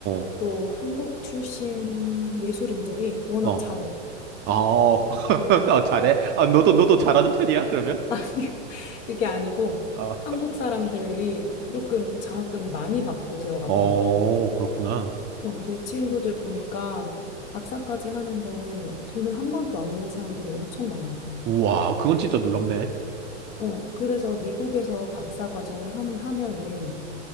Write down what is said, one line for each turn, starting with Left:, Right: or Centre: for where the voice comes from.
Right: 어,
Left: 또 한국 출신 예술인들이 워낙
Right: 어.
Left: 잘해.
Right: 어, <laughs> 아, 잘해. 아, 너도, 너도 잘하는 편이야, 그러면?
Left: <laughs> 아니, 그게 아니고
Right: 아,
Left: 한국 사람들이 조금 장학금을 많이 받고 들어가더라고.
Right: 어, 그렇구나.
Left: 어, 내 친구들 보니까 박사까지 하는데 돈을 한 번도 안 낸 사람들이 엄청 많아.
Right: 우와, 그건 진짜 놀랍네.
Left: 어, 그래서 미국에서 박사 과정을 하는, 하면은